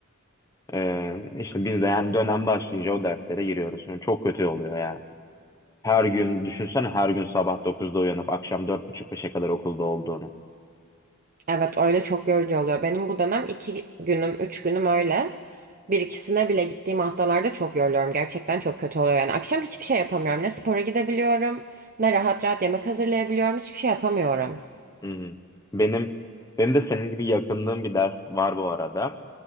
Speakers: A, on the left; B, on the right.
A: E, işte biz de yani dönem başlayınca o derslere giriyoruz. Yani çok kötü oluyor yani. Her gün düşünsene her gün sabah dokuzda uyanıp akşam dört buçuk beşe kadar okulda olduğunu.
B: Evet öyle çok yorucu oluyor. Benim bu dönem iki günüm, üç günüm öyle. Bir ikisine bile gittiğim haftalarda çok yoruluyorum. Gerçekten çok kötü oluyor. Yani akşam hiçbir şey yapamıyorum. Ne spora gidebiliyorum, ne rahat rahat yemek hazırlayabiliyorum. Hiçbir şey yapamıyorum.
A: Hı hı. Benim benim de senin gibi yakındığım bir ders var bu arada.